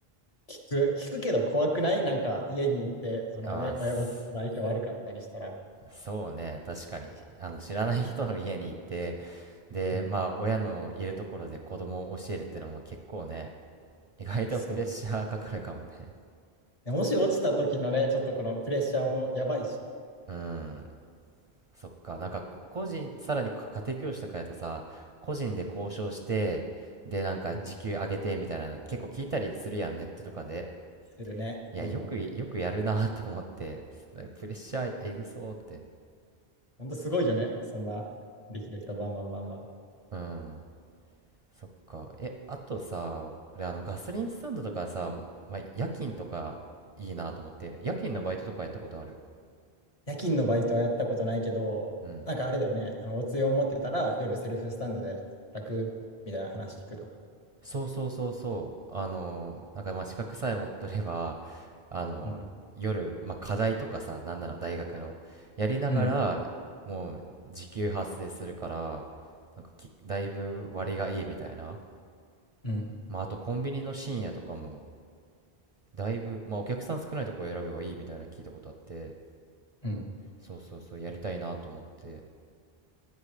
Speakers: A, on the left; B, on the right.
A: 聞く、聞くけど怖くないなんか家に行って、そのね、
B: ああー、
A: 親御さんと相性悪かったりしたら。
B: そうね、確かに、あの、知らない人の家に行って、で、
A: うん、
B: まあ、親のいるところで子供を教えるってのも結構ね、意外とプレッシャーかかるかもね。
A: そう。もし落ちた時のね、ちょっとこのプレッシャーもやばいし、
B: うん、そっか、なんか、こ個人、さらにか家庭教師とかやとさ、個人で交渉して、
A: うん、
B: で、なんか、
A: うん、
B: 時給上げてみたいな結構聞いたりするやん、ネットとかで。
A: するね。
B: いや、
A: うん。
B: よく、よくやるなと思って、プレッシャーえぐそうって。
A: ほんとすごいよね。そんな、できる人バンバンバンバン。
B: うん。そっか。え、あとさ、俺あのガソリンスタンドとかさ、まあ、夜勤とかいいなと思って、夜勤のバイトとかやったことある
A: 夜勤のバイトはやったことないけど、
B: うん。
A: なんかあれだよね、あのおつゆを持ってたら夜セルフスタンドで楽みたいな話聞くとか。
B: そうそうそうそう。あのー、なんかまあ資格さえ持っとれば、あのー、
A: うん、
B: 夜、まあ、課題とかさ、なんなら大学の、やりながら、
A: うん、
B: もう時給発生するから、なんかき、だいぶ割がいいみたいな。
A: うん、
B: まあ、あとコンビニの深夜とかも、だいぶ、まあ、お客さん少ないとこ選べばいいみたいなの聞いたことあって、
A: うん。
B: そうそうそう、やりたいなと思って。